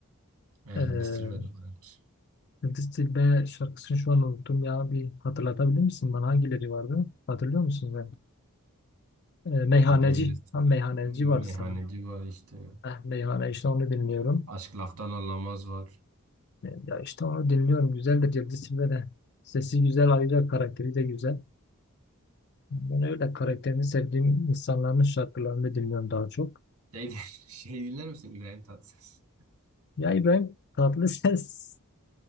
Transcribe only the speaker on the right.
Ha,
Yıldız Tilbe de var. evet.
Kanka liste
meyhaneci
var işte.
Aşk laftan anlamaz var.
Şey, <laughs> şey dinler misin İbrahim Tatlıses?